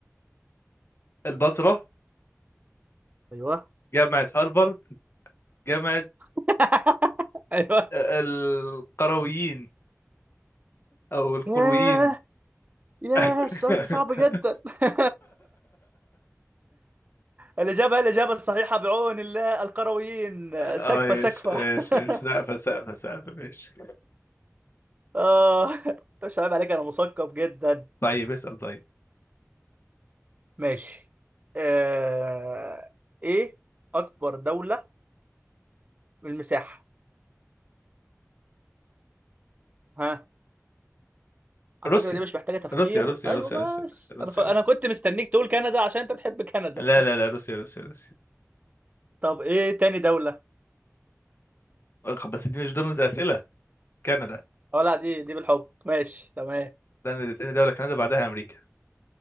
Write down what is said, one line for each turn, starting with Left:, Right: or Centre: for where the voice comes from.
Left: البصرة
Right: ايوه
Left: جامعة هارفارد جامعة
Right: <laughs> ايوه
Left: آه، القرويين او القرويين
Right: ياه ياه
Left: <laughs>
Right: السؤال ده صعب جدا <laughs> الإجابة هي الإجابة الصحيحة بعون الله القرويين
Left: اه
Right: سكفة
Left: ايش
Right: سكفة
Left: ايش
Right: <laughs>
Left: ايش سقفة سقفة سقفة ماشي
Right: آه مش عيب عليك أنا مثقف جدا
Left: طيب اسأل طيب
Right: ماشي آه... إيه أكبر دولة بالمساحة ها على
Left: روسيا
Right: فكرة دي مش محتاجة تفكير
Left: روسيا روسيا
Right: أيوة
Left: روسيا روسيا روسيا
Right: بس
Left: روسيا
Right: أنا ف... أنا
Left: روسيا
Right: كنت مستنيك تقول كندا عشان أنت بتحب كندا
Left: لا لا لا روسيا روسيا روسيا
Right: طب إيه تاني دولة؟
Left: أخ، بس دي مش ضمن الأسئلة كندا
Right: أه لا دي دي بالحب ماشي تمام
Left: كندا تاني دولة كندا بعدها أمريكا